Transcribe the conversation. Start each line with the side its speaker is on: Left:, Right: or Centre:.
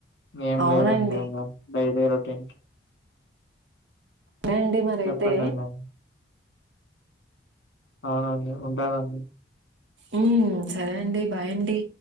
Left: ఏం
Right: అవునండి.
Left: లేదండి ఇంగా డైలీ రొటీన్
Right: ఉంట అండి మరి అయితే
Left: చెప్పండండి అవునండి ఉంటానండి
Right: ఉ సరే అండి బాయ్ అండి